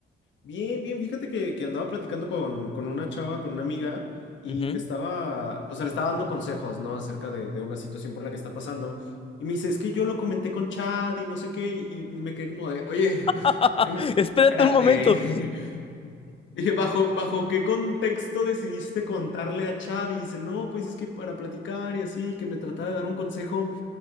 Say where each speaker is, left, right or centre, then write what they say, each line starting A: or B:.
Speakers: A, on the left; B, on the left.
A: Bien, bien, fíjate que, que andaba platicando con, con una chava, con una amiga, y
B: Ujú.
A: me estaba, o sea, le estaba dando consejos, ¿no? Acerca de, de una situación por la que está pasando. Y me dice, es que yo lo comenté con Chad y no sé qué, y, y me quedé como de, oye,
B: <laughs>
A: <laughs> espérate.
B: Espérate un momento.
A: <laughs> Dije, ¿bajo, bajo qué contexto decidiste contarle a Chad? Y dice, no, pues es que para platicar y así, que me tratara de dar un consejo.